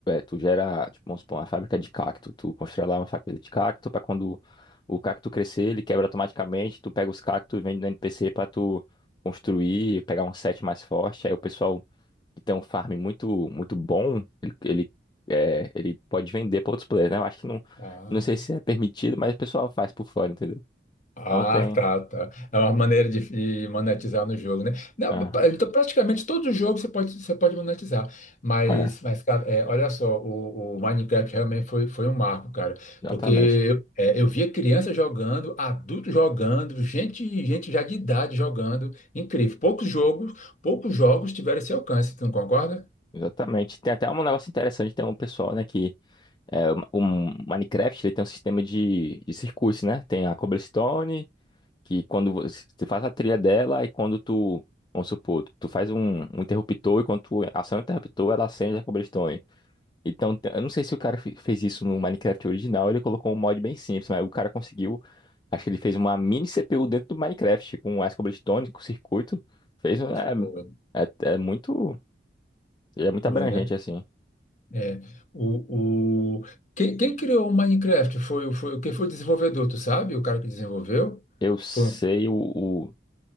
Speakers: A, on the left; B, on the left.
A: tu gera, tipo, vamos supor, uma fábrica de cacto. Tu constrói lá uma fábrica de cacto pra quando o cacto crescer, ele quebra automaticamente, tu pega os cactos e vende no NPC pra tu construir, pegar um set mais forte. Aí o pessoal que tem um farm muito muito bom, ele, ele, é, ele pode vender para outros players, né? Eu acho que não,
B: Ah.
A: não sei se é permitido, mas o pessoal faz por fora, entendeu?
B: Ah,
A: Então tem.
B: tá, tá. É uma maneira de, de monetizar no jogo, né? Não,
A: Ah,
B: pra- então, praticamente todo jogo você pode, você pode monetizar. Mas,
A: é,
B: mas cara, é, olha só, o, o Minecraft realmente foi, foi um marco, cara.
A: exatamente.
B: Porque eu, é, eu via criança jogando, adulto jogando, gente, gente já de idade jogando. Incrível. Poucos jogos, poucos jogos tiveram esse alcance, tu não concorda?
A: Exatamente. Tem até um negócio interessante, tem um pessoal, né, que é, o o Minecraft, ele tem um sistema de, de circuitos, né? Tem a cobblestone, que quando você, você faz a trilha dela e quando tu, vamos supor, tu faz um, um interruptor e quando tu aciona o interruptor, ela acende a cobblestone. Então, te- eu não sei se o cara fe- fez isso no Minecraft original, ele colocou um mod bem simples, mas o cara conseguiu. Acho que ele fez uma mini CPU dentro do Minecraft, com as cobblestone, com circuito. Fez. um-
B: Foi.
A: É, é, é muito. Ele é muito
B: Foi,
A: abrangente,
B: né?
A: assim.
B: É, o, o... Quem, quem criou o Minecraft foi, foi quem foi o desenvolvedor, tu sabe? O cara que desenvolveu?
A: Eu sei
B: Foi um.
A: o. o-